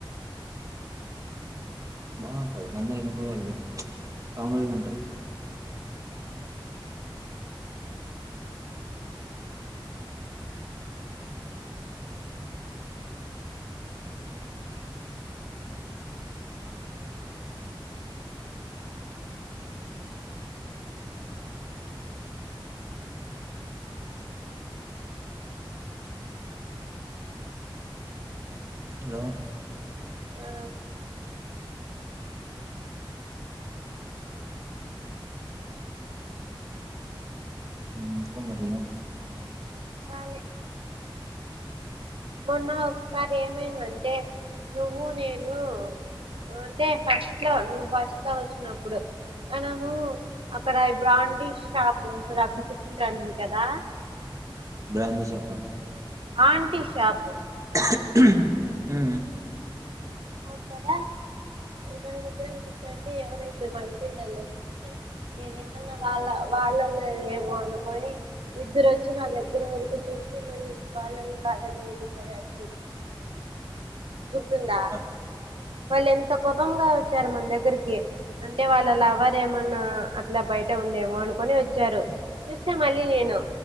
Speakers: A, on the right; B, on the right.
A: బాగుంటుది మందు తాగినప్పుడు వాళ్ళ కామిడిగా ఉంటది హలో
B: ఆ
A: మ్ పోనీ
B: వాళ్ళే మొన్న ఒకసారి ఏమైందంటే నువ్వు నేను అంతే ఫస్ట్ లో నువ్వు ఫస్ట్ ఇట్లా వచ్చినప్పుడు మనము అక్కడ అంటి షాప్ ఉ చూడ అప్పుడు ఉంటంటీవీ కదా
A: బ్రాందీ షాప
B: ఆంటీ షాపు
A: ఉహ్ హు
B: అక్కడ మన ఇద్దరం కూర్చో అంటే ఎవరైతే ఇద్దరు మగపిల్లల్లో చూసి నేనేమన్నా. వాళ్ళ వాళ్ళళ ఏమో అనుకొని ఇద్దరు వచ్చి నా దగ్గర వరకు చూసి. మళ్ళీ వాళ్ళళు కాదని వెళ్ళిపోయారు. చూడు గుర్తుందా
A: అద్-
B: వాళ్ళు ఎంత కోపంంగా వచ్చారు మన దగ్గరికి అంటే వాళ్ళ లవర్ ఏమన్నా అట్లా బయట ఉందేమో అనుకుొని వచ్చారు చూస్తే మళ్ళీ నేను